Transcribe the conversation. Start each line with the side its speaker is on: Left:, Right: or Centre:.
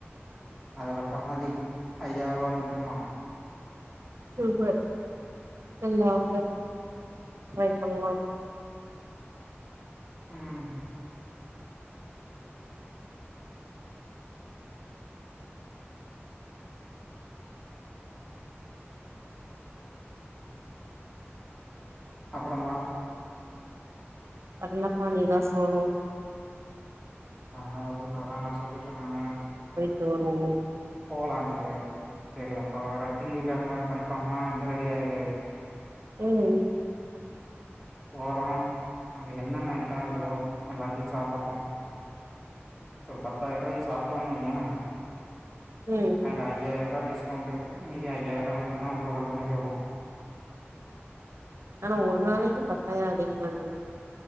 Centre: அதுல பாதி ஐயாயிரூபா மட்டு்தா
Right: சூப்பர் நல்ல ஆஃபர் ட்ரை பண்லாம்
Centre: ம் அப்றோபா
Right: அது இல்லப்பா நீதா சொல்ணு
Centre: நா என்ன பன்றத அதா நா சொல்லிட்டே நானு
Right: சேரி ஓக்
Centre: போலான்ட்டு செரி அப்ப வர திங்க கிழம கன்ஃபாமா வந்த ரெடியா இரு
Right: ம்
Centre: போறோ அங்க என்னென்ன ஐட்டோ இருக்குதோ எல்லாத்தையு சாப்டுறோ ஒரு பத்தாரூவாய்க்கி சாப்டோன்னு வையே
Right: ம்
Centre: அத ஐய்யாருவா டிஸ்கவுண்டு மீதி ஐய்யாயிரம் மட்டுதா குடுக்குற மாரி வரு
Right: ஆனா ஒரு நாளைக்கு பத்தாயிர அதிகமா இல்லயா